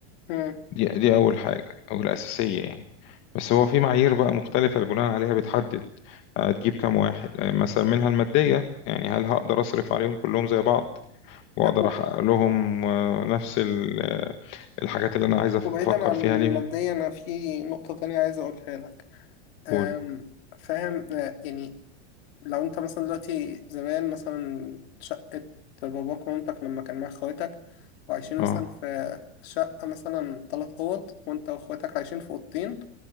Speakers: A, on the left; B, on the left.
A: مم.
B: دي دي أول حاجة أو الأساسية يعني بس هو في معايير بقى مختلفة اللي بناء عليها بتحدد هتجيب كام واحد آه، مثلا منها المادية يعني هل هقدر أصرف عليهم كلهم زي بعض واقدر
A: لا و...
B: احقق لهم
A: و...
B: آه، نفس ال- آه، الحاجات اللي انا عايز أف-
A: وبعيدا
B: بفكر
A: عن
B: فيها ليهم
A: ماديا أنا في نقطة تانية عايز أقولها لك أم،
B: قول
A: فاهم أه، يعني لو انت مثلا دلوقتي زمان مثلا شقة باباك ومامتك لما كان معاك اخواتك وعايشين
B: اه
A: مثلا في شقة مثلا تلات أوض وانت واخواتك عايشين في أوضتين